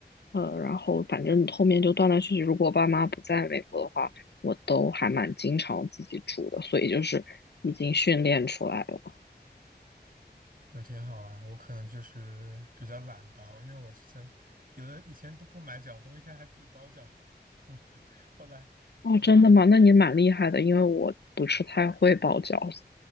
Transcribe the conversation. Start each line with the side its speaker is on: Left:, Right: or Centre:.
Left: 呃，然后反正后面就断断续续，如果我爸妈不在美国的话，我都还蛮经常自己煮的，所以就是已经训练出来了。
Right: 那挺好啊，我可能就是比较懒吧，因为我之前有的以前都不买饺子，我以前还自己包饺子，<laughs> 后来后来就，
Left: 哦，真的吗？那你蛮厉害的，因为我不是太会包饺子。